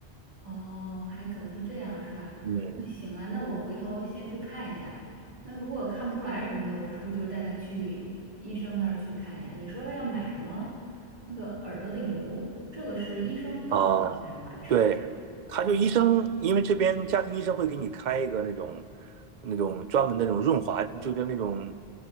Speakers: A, on the right; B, on the right.
A: 哦，还可能是这样，是吧？
B: 嗯，
A: 那行啊，那我回头先去看一下。那如果看不出来什么的，我是不是就带他去医生那儿去看一下？你说要买什么那个耳朵的油，这个是医生告诉你才能买，
B: 啊，
A: 是吧？
B: 对，他就医生，
A: 嗯
B: 因为这边家庭医生会给你开一个那种那种专门的那种润滑，就是那种，